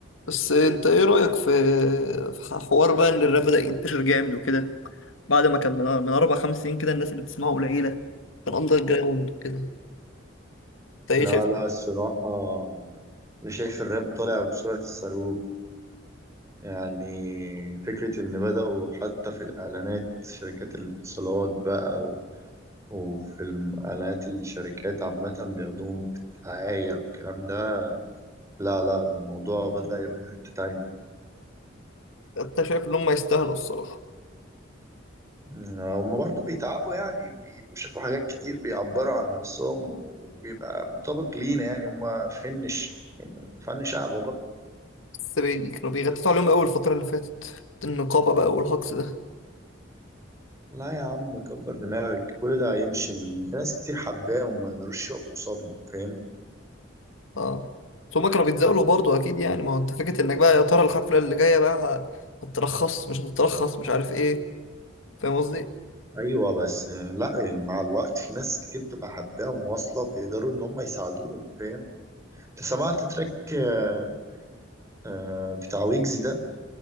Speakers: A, on the left; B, on the right.
A: بس انت ايه رأيك في في حوار بقى ان الراب بدأ ينتشر جامد وكده بعد ما كان من من اربع خمس سنين كده الناس اللي بتسمعه قليلة كان اندر جراوند وكده انت ايه
B: لا
A: شايف
B: لا الصراحة أنا شايف الراب طالع بسرعة الصاروخ يعني فكرة إن بدأوا حتى في الإعلانات شركات الاتصالات بقى و... وفي الم- إعلانات الشركات عامة بياخدوهم في الدعاية والكلام ده لا لا الموضوع بدأ يروح لحتة تانية
A: انت شايف ان هم يستاهلوا الصراحة
B: أمم، هما برضه بيتعبوا يعني بيبقوا شافوا حاجات كتير بيعبروا عن نفسهم وبيبقى مطابق لينا يعني هما فن ش- فن شعب
A: بس بي... كانوا بيغطوا عليهم قوي الفترة اللي فاتت النقابة بقى والهجص ده
B: لا يا عم كبر دماغك كل ده هيمشي إن في ناس كتير حباه وما يقدروش يقفوا قصادهم فاهم
A: اه بس هم كانوا بيتزاولوا برضه اكيد يعني ما هو انت فكرة انك بقى يا ترى الحفلة اللي جاية بقى ه- هترخص مش هتترخص مش عارف ايه فاهم قصدي
B: ايوه بس آه، لا يعني مع الوقت في ناس كتير بتبقى حباه ومواصله بيقدروا ان هم يساعدوهم فاهم انت سمعت تراك آه، آه، بتاع ويجز ده